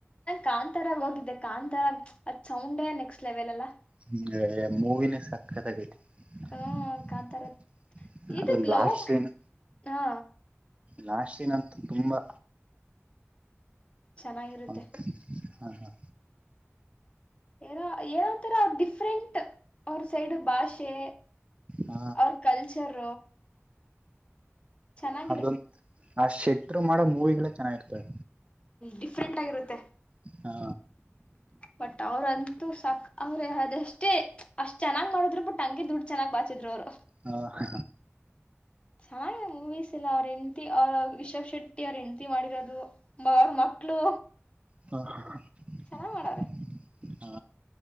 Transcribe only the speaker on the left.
ಕಾಂತಾರಾಗ ಹೋಗಿದ್ದೆ ಕಾಂತಾರಾಗ ಅದ್ ಸೌಂಡೇ ನ.. <unintelligible> ನೆಕ್ಸ್ಟ್ ಲೆವೆಲ್... <inaudible>
ಹ್ಮ ಕಾಂತಾರ ಇದು
ಲವ್
ಹಾ
ಚೆನ್ನಾಗಿರುತ್ತೆ
ಏನೋ ಏನೋ ತರ ಅವ ಡಿಫ್ರೆಂಟ್ ಅವ್ರ ಸೈಡ್ ಭಾಷೆ
ಅವ್ರ ಕಲ್ಚರ ಚೆನ್ನಾಗಿದೆ
ಡಿಫ್ರೆಂಟ್ ಆಗಿರುತ್ತೆ
ಬಟ್ ಅವ್ರಂತೂ ಸಾಕ ಅವ್ರೇ ಅ ಅಷ್ಟೇ ಅಷ್ಟ್ ಚೆನ್ನ್ ಮಾಡಿದ್ ಬಿಟ್ಟು ತಂಗಿ ದುಡ್ಡು ಚೆನ್ನಾಗಿ ಬಾಚಿದ್ರು ಅವರು
ಚೆನ್ನಾಗಿದೆ ಮೂವೀಸ್ ಎಲ್ಲಾ ಅವ್ರ ಹೆಂಡತಿ ಅವ ರಿಷಬ್ ಶೆಟ್ಟಿ ಅವ್ರ ಹೆಂಡತಿ ಮಾಡಿರೋದು ಮ ಅವ್ರ ಮಕ್ಳು
ಚೆನ್ನಾಗ್ ಮಾಡವ್ರೆ